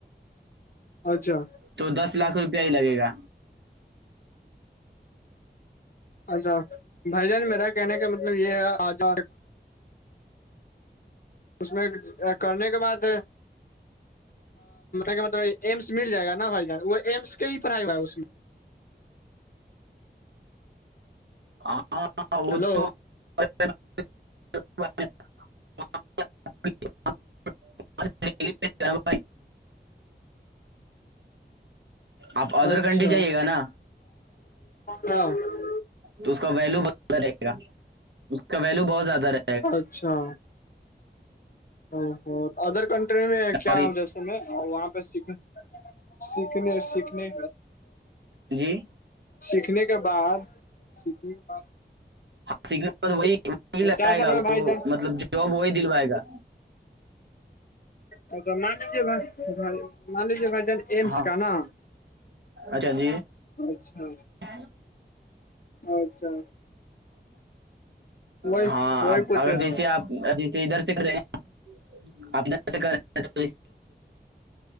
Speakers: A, on the left; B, on the right.
A: اچھا
B: تو دس لاکھ روپیہ ہی لگے گا
A: اچھا بھائی جان میرا کہنا کہ مطلب یہ ہے آجار اس میں کرنے کے بعد میں کہ مطلب ایمس مل جائے گا نا بھائی جان وہ ایمس کہیں پر آئے ہوا ہے اس میں
B: ہاں ہاں وہ
A: ہیلو
B: تو <unintelligible> آپ ادر
A: اچھا
B: کنٹری جائیے گا نا
A: ہاں
B: تو اس کا ویلو بہت زیادہ رہے گا اس کا ویلو بہت زیادہ رہے گا
A: اچھا ا ادر کنٹری میں کیا
B: اور
A: جیسے میں وہاں پہ سیکھ سیکھنے سیکھنے
B: جی
A: سیکھنے کے بعد سیکھنے کے بعد
B: ہاں سنے وہی وہی لگائے
A: چار سال
B: گا
A: میں
B: وہ
A: بھائی جان
B: مطلب جاب وہی دلوائے گا
A: اچ تو مج بائی ملج بائی جان ایمس
B: ہاں
A: کا نا
B: اچھا جی
A: اچھا
B: <inaudible>
A: اچھا وہی
B: ہاں
A: وہی
B: اب
A: پوچھ
B: اگر
A: رہے تھے
B: جیسے
A: بھائی
B: آپ جیسے ادھر سیکھ رہے ہیں آپ اناسے کر رہے